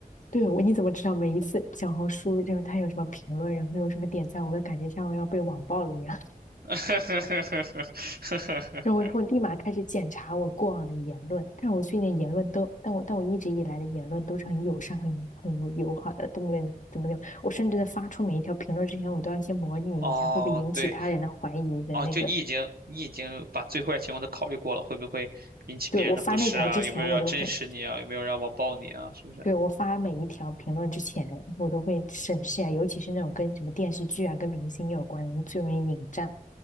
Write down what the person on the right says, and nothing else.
<laughs>
哦，对，哦，就你已经你已经把最坏情况都考虑过了，会不会引起别人的不适啊？
有没有人要真实你啊？
有没有让要网暴你啊？是不是？